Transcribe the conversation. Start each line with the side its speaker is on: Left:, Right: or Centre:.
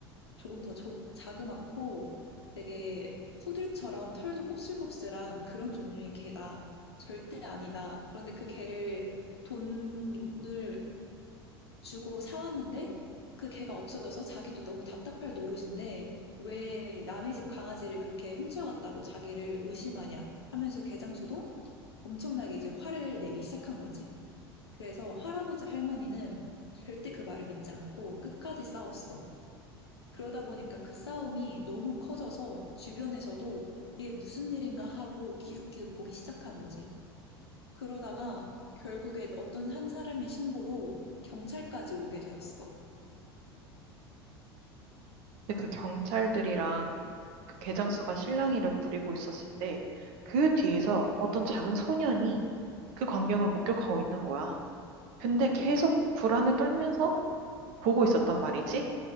Left: 조금 더 조, 자그맣고 되게 푸들처럼 털도 곱슬곱슬한 그런 종류의 개다. 절대 아니다. 그런데 그 개를 돈을 주고 사왔는데 그 개가 없어져서 자기도 너무 답답할 노릇인데 왜 남의 집 강아지를 그렇게 훔쳐갔다고 자기를 의심하냐 하면서 개장수도 엄청나게 이제 화를 내기 시작한 거지. 그래서 할아버지 할머니는 절대 그 말을 믿지 않고 끝까지 싸웠어. 그러다 보니까 그 싸움이 너무 커져서 주변에서도 이게 무슨 일인가 하고 기웃기웃 보기 시작한 거지. 그러다가 결국에 어떤 한 사람의 신고로 경찰까지 오게 되었어.
Right: 근데 그 경찰들이랑 그 개장수가 실랑이를 부리고 있었을 때 그 뒤에서 어떤 작은 소년이 그 광경을 목격하고 있는 거야. 근데 계속 불안을 떨면서 보고 있었단 말이지.